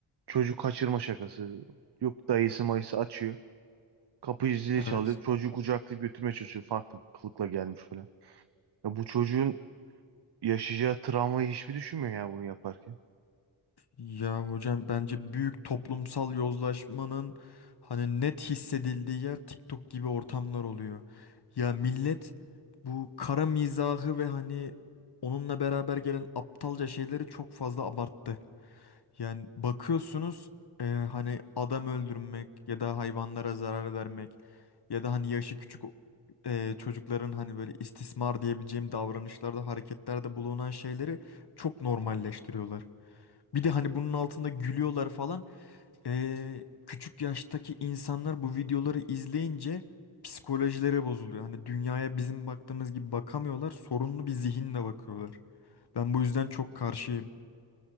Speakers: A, on the right (about 55°); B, on the left (about 50°).
A: Çocuk kaçırma şakası. Yok dayısı mayısı açıyor. Kapıyı zili
B: Evet.
A: çalıyor. Çocuğu kucaklayıp götürmeye çalışıyor. Farklı kılıkla gelmiş falan. Ya bu çocuğun yaşayacağı travmayı hiçbir düşünmüyor yani bunu yaparken.
B: Ya hocam bence büyük toplumsal yozlaşmanın hani net hissedildiği yer TikTok gibi ortamlar oluyor. Ya millet bu kara mizahı ve hani onunla beraber gelen aptalca şeyleri çok fazla abarttı. Yani bakıyorsunuz e, hani adam öldürmek ya da hayvanlara zarar vermek ya da hani yaşı küçük o- e, çocukların hani böyle istismar diyebileceğim davranışlarda hareketlerde bulunan şeyleri çok normalleştiriyorlar. Bir de hani bunun altında gülüyorlar falan. Ee, küçük yaştaki insanlar bu videoları izleyince psikolojileri bozuluyor. Hani dünyaya bizim baktığımız gibi bakamıyorlar. Sorunlu bir zihinle bakıyorlar. Ben bu yüzden çok karşıyım.